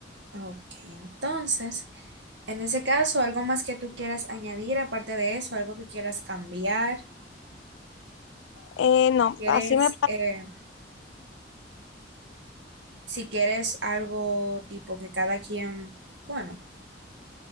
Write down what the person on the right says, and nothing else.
Ok, entonces, en ese caso, algo más que tú quieras añadir, aparte de eso, algo que quieras cambiar,
Si quieres,
eh, si quieres algo tipo que cada quien, bueno,